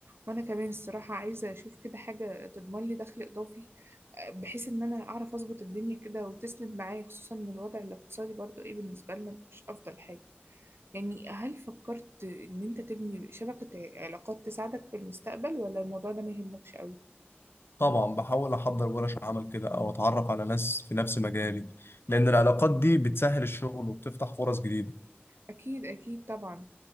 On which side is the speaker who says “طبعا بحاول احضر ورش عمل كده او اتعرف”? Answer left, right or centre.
Left